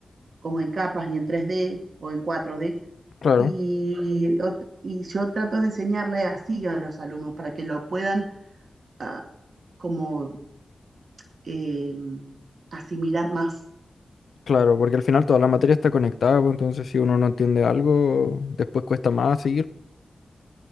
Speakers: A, on the right; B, on the left.
A: como en capas y en 3D o en 4D.
B: Claro,
A: Y, ot- y yo trato de enseñarle así a los alumnos para que lo puedan ah, como eh, asimilar más.
B: claro, porque al final toda la materia está conectada, pues, entonces si uno no entiende algo, después cuesta más seguir.